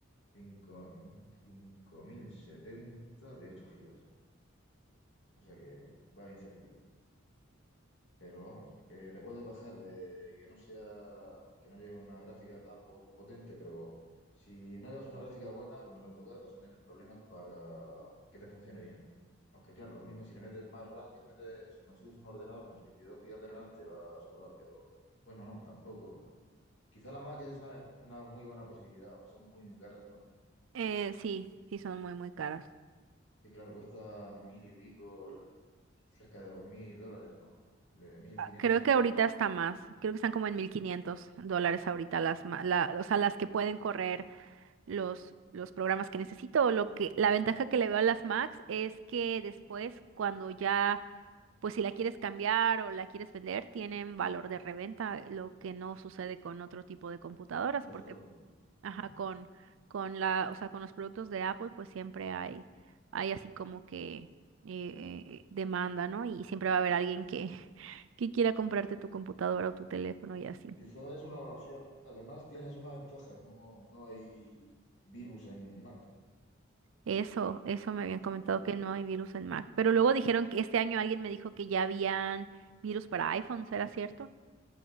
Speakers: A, on the left; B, on the right.
A: 5000 5070 de 8 gigas O sea que va bien servido. Pero vamos, que te puedes bajar de, y que no sea, que no lleve una gráfica tan po- potente, pero si no llevas una gráfica buena, con el AutoCAD vas a tener problemas para que te funcione bien. Aunque claro, lo mismo si le metes más RAM, si le metes, si consigues un ordenador con 32 gigas de RAM, te va sobrado, pero bueno, no, tampoco. Quizá la Mac es la- una muy buena posibilidad, aunque son muy, muy caras, ¿no?
B: Eh, sí, sí, son muy, muy caras.
A: Sí, claro, cuesta mil y pico, el- cerca de dos mil dólares, ¿no? De mil
B: Ah,
A: quinientos
B: Creo
A: a 2.000.
B: que ahorita está más. Creo que están como en 1.500 dólares ahorita las, ma- la- o sea, las que pueden correr los, los programas que necesito. Lo que, la ventaja que le veo a las Macs es que después, cuando ya, pues si la quieres cambiar o la quieres vender, tienen valor de reventa, eh, lo que no sucede con otro tipo de computadoras,
A: No, nosotros
B: porque,
A: no.
B: ajá,
A: Nosotros no.
B: con, con la, o sea, con los productos de Apple, pues siempre hay, hay así como que eh, demanda, ¿no? Y siempre va a haber alguien que, <laughs> que quiera comprarte tu computadora o tu teléfono y así.
A: Quizá es una evaluación. Además, tienes una ventaja. No, no hay virus en Mac.
B: Eso, eso me habían comentado
A: ¿Lo sabía?
B: que no hay virus en Mac. Pero luego dijeron que este año alguien me dijo que ya habían virus para iPhone, ¿será cierto?